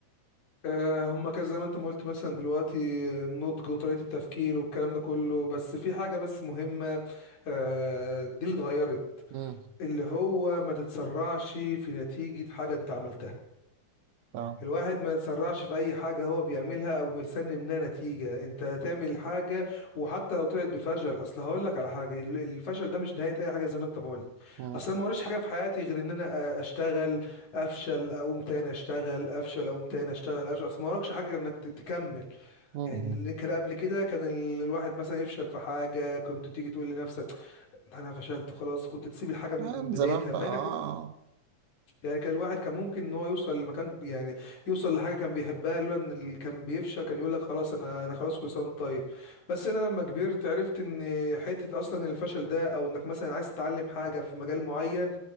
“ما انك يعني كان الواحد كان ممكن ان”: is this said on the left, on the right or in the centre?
Left